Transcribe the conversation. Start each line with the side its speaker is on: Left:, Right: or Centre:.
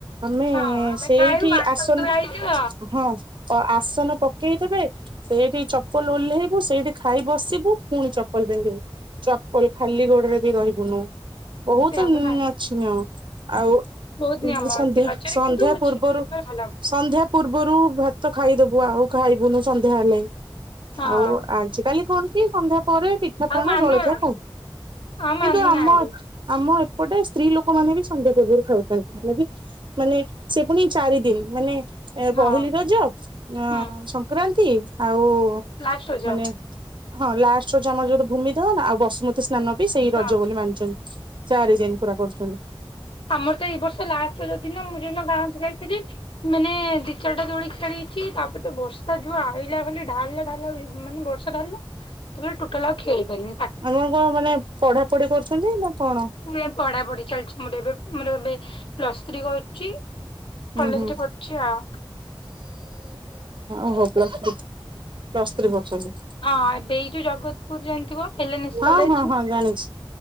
Right: ଆମେ
Left: ହଁ ଆମେ
Right: ସେଇଠି
Left: ଖାଇବୁ ବାଣ୍ଟ
Right: ଆସନ
Left: ତୁ ହେଇଯିବ।
Right: ହଁ ଆସନ ପକେଇଦେବେ। ସେଇଠି ଚପଲ ଓହ୍ଲେଇବୁ ସେଇଠି ଖାଇ ବସିବୁ ପୁଣି ଚପ ଚପଲ ପିନ୍ଧିବୁ ଚପଲ ଖାଲି ଗୋଡରେ ବି ରହିବୁନୁ ବହୁତୁ
Left: ସେଇଆ ପରା
Right: ଅଛି ନିୟମ ଆଉ
Left: ବହୁତ ନିୟମ
Right: ସନ୍ଧ୍ୟା
Left: ଅଛି ରଜରେ
Right: ସନ୍ଧ୍ୟା
Left: କିନ୍ତୁ
Right: ପୂର୍ବରୁ
Left: ଝିଅ ମାନଙ୍କର ଭଲ।
Right: ସନ୍ଧ୍ୟା ପୂର୍ବରୁ ଭାତ ଖାଇଦବୁ ଆଉ ଖାଇବୁନୁ ସନ୍ଧ୍ୟା ହେଲେ।
Left: ହଁ
Right: ଆଉ ଆଜିକାଲି କଣ କି ସନ୍ଧ୍ୟା ପରେ ପିଠା
Left: ଆଉ
Right: ପଣା
Left: ମାନୁନାହାନ୍ତି
Right: ଜଳଖିଆ ଖାଉ
Left: ଆଉ ମାନୁନାହାନ୍ତି
Right: କିନ୍ତୁ ଆମ ଆମ ଏପଟେ ସ୍ତ୍ରୀ ଲୋକମାନେ ବି ସନ୍ଧ୍ୟା ପୂର୍ବରୁ ଖାଉଛନ୍ତି, ହେଲେବି ମାନେ ସେ ପୁଣି ଚାରିଦିନ, ମାନେ ଏ
Left: ହଁ
Right: ପହିଲି ରଜ, ଅ
Left: ହୁଁ
Right: ସଂକ୍ରାନ୍ତି ଆଉ
Left: ଲାଷ୍ଟ ରଜ।
Right: ମାନେ ହଁ ଲାଷ୍ଟ ରଜ ଆମର ଯୋଉଟା ଭୂମି ଦହନ ନା ଆଉ ବସୁମତୀ ସ୍ନାନ
Left: ହଁ
Right: ବି ସେଇ
Left: ହଁ
Right: ରଜ ବୋଲି ମାନୁଛନ୍ତି। ଚାରି ଦିନ ପୁରା କରୁଛନ୍ତି।
Left: ଆମର ତ ଏଇ ବର୍ଷ ଲାଷ୍ଟ ରଜ ଦିନ ମୁଁ ଯେ ଦିନ ଗାଁ କୁ ଯାଇଥିଲି। ମାନେ ଦି ଚାରିଟା ଦୋଳି ଖେଳିଛି ତାପରେ ତ ବର୍ଷା ଯୋଉ ଆଇଲା ଖାଲି ଢାଳିଲା ଢାଳିଲା ମାନେ ବର୍ଷ ଢାଳିଲା ତାପରେ ଟୋଟଲି ଆଉ ଖେଳି ପାଇଲିନି।
Right: ଆପଣ କଣ ମାନେ ପଢା ପଢି କରୁଛନ୍ତି ନା କଣ?
Left: ନାଇ ପଢା ପଢି ଚାଲିଛି ମୋର ଏବେ ମୋର ଏବେ ପ୍ଲସ୍ ଥ୍ରୀ କରୁଛି।
Right: ହୁଁ
Left: କଲେଜରେ
Right: ହୁଁ
Left: ପଢୁଛି ଆଉ।
Right: ଓହୋ ପ୍ଲସ୍ ଥ୍ରୀ ପ୍ଲସ୍ ଥ୍ରୀ କରୁଛନ୍ତି।
Left: ହଁ ଏବେ ଏଇ ଯୋଉ ଜଗତପୁର ଯାଣିଥିବ, ଏଲ୍ ଏନ୍ ଏସ୍
Right: ହଁ
Left: କଲେଜ।
Right: ହଁ ହଁ ଜାଣିଛି